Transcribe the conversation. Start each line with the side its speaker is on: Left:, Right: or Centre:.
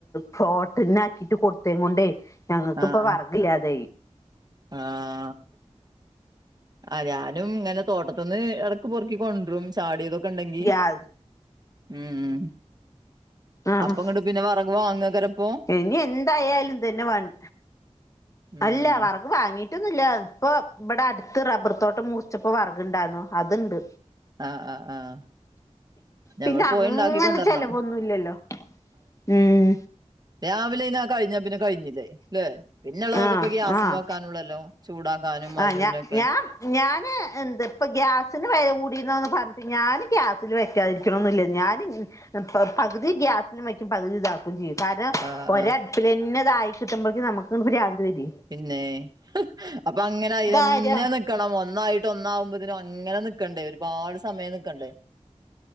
Left: ഫ്ളോട്ടിന് ആക്കിട്ട് കൊടുത്തേകൊണ്ടേ ഞങ്ങൾക്ക്
Right: ആഹ്
Left: ഇപ്പ
Right: ആഹ്
Left: വേർക് ഇല്ലത്തെ ആയി
Right: ആഹ് ആഹ് ഞാനും ഇങ്ങനെ തോട്ടത്തി നിന്ന് ഇടക്ക് പൊറുക്കി കൊണ്ടരും ചാടിയതൊക്കെ ഉണ്ടെങ്കി
Left: ഗ്യാസ്
Right: ഉം
Left: ആഹ്
Right: അപ്പ ഇങ്ങട്ട് പിന്നെ വിറക് വാങ്ങുകര ഇപ്പൊ
Left: ഇനി എന്തായാലും ഇത് തന്നെ മതി
Right: ഉം
Left: അല്ല വിറക് വാങ്ങിയിട്ടൊന്നും ഇല്ല ഇപ്പൊ ഇവിടെ അടുത്ത് റബ്ബർ തോട്ടം മുറിച്ചപ്പോ വിറക് ഇണ്ടാരുന്ന് അതുണ്ട്
Right: ആഹ് ആഹ് ആഹ് ഞമ്മള്
Left: പിന്നെ
Right: പോയി
Left: അങ്ങനെ
Right: ഉണ്ടാക്കി കൊണ്ടുവരണം
Left: ചെലവൊന്നുമില്ലല്ലോ ഉം
Right: രാവിലെന്ന് ആഹ് കഴിഞ്ഞ പിന്നെ കഴിഞ്ഞില്ലേ അല്ലെ പിന്നെള്ളതൊക്കെ
Left: ആഹ്
Right: പോ ഗ്യാസ്മ്മേക്കാനുള്ളല്ലോ
Left: ആഹ്
Right: ചൂടാക്കാനും
Left: ആഹ്
Right: അതിനു
Left: ഞാ
Right: ഇതിനൊക്കെ
Left: ഞാൻ ഞാന് എന്ത് ഇപ്പ ഗ്യാസിന് വില കൂടിന്ന് പറഞ്ഞിട്ട് ഞാന് ഗ്യാസില് വ ക്കാത്തരിക്കണില്ല ഞാൻ പകുതി ഗ്യാസില് വയ്ക്കും പകുതി ഇതാക്കുകയും ചെയ്തു കാരണം
Right: ആ
Left: ഒര്
Right: ആ
Left: അടുപ്പിൽ തന്നെ ഇത് ആയി കിട്ടുമ്പോഴേക്കും നമുക്ക് പ്രാന്ത് വരുവെ
Right: പിന്നെ അപ്പൊ അങ്ങനെ അയിതെന്നെ
Left: കാര്യം
Right: നിക്കണം ഒന്നായിട്ട് ഒന്നാവുമ്പോതേനും അങ്ങനെ നിക്കണ്ടേ ഒരുപാട് സമയം നിക്കണ്ടേ